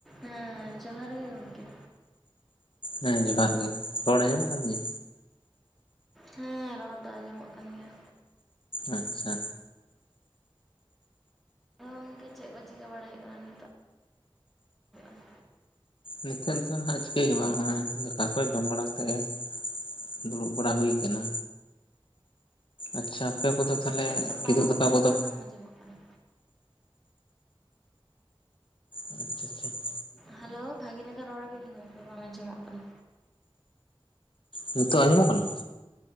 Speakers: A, in the centre; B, on the left.
A: ᱦᱮᱸ ᱡᱚᱦᱟᱨ ᱜᱮ ᱜᱚᱢᱠᱮ᱾
B: ᱦᱮᱸ ᱡᱚᱦᱟᱨ ᱜᱮ ᱨᱚᱲ ᱟᱸᱡᱚᱢ ᱟᱠ ᱛᱤᱧᱟ᱾
A: ᱦᱮᱸ ᱨᱚᱲ ᱫᱚ ᱟᱸᱡᱚᱢᱚᱜ ᱠᱟᱱ ᱜᱮᱭᱟ᱾
B: ᱟᱪᱪᱷᱟ᱾
A: ᱟ ᱜᱚᱝᱠᱮ ᱪᱮᱫ ᱠᱚ ᱪᱤᱠᱟᱹ ᱵᱟᱲᱟᱭ ᱦᱩᱭᱩᱜ ᱠᱟᱱᱟ ᱱᱤᱛᱚᱜ <unintelligible>
B: ᱱᱤᱛᱚᱜ ᱫᱚ ᱦᱟᱜ ᱪᱤᱠᱟᱹᱭ ᱦᱩᱭᱜᱼᱟ ᱫᱟᱠᱟ ᱠᱚ ᱡᱚᱢ ᱵᱟᱲᱟ ᱠᱟᱛᱮᱜ? ᱫᱩᱲᱩᱵ ᱵᱟᱲᱟ ᱦᱩᱭ ᱟᱠᱟᱱᱟ ᱟᱪᱪᱷᱟ ᱟᱯᱮ ᱠᱚᱫᱚ ᱛᱟᱦᱚᱞᱮ
A: ᱪᱮᱫ ᱪᱚ
B: ᱠᱤᱫᱩᱩᱜ
A: ᱵᱟᱨᱚ
B: ᱫᱟᱠᱟ ᱠᱚᱫᱚ
A: ᱨᱚᱲ ᱵᱟᱝ ᱟᱸᱡᱚᱢᱚᱜ ᱠᱟᱱᱟ᱾
B: ᱟᱪᱪᱷᱟ ᱪᱷᱟ᱾
A: ᱦᱮᱞᱳ ᱵᱷᱟᱹᱜᱤ ᱞᱮᱠᱟ ᱨᱚᱲ ᱵᱤᱱ ᱜᱚᱢᱠᱮ ᱵᱟᱝ ᱟᱸᱡᱚᱢᱚᱜ ᱠᱟᱱᱟ᱾
B: ᱱᱤᱛᱚᱜ ᱟᱡᱚᱢᱚᱜ ᱠᱟᱱᱟ?